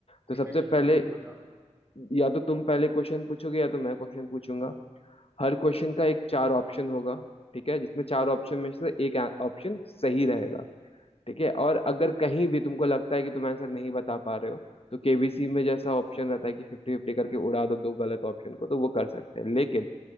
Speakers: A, on the left; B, on the right.
A: तो
B: ठीक
A: सबसे
B: है ठीक
A: पहले
B: है बताओ
A: या तो तुम पहले क्वेश्चन पूछोगे या तो मैं क्वेश्चन पूछूंगा हर क्वेश्चन का एक चार ऑप्शन होगा ठीक है जिसमें चार ऑप्शन में से एक ऑप्शन सही रहेगा ठीक है और अगर कहीं भी तुमको लगता है कि तुम आंसर नहीं बता पा रहे हो तो केबीसी में जैसा ऑप्शन रहता है कि फिफ्टी फिफ्टी करके उड़ा दो दो गलत ऑप्शन को तो वो कर सकते हैं लेकिन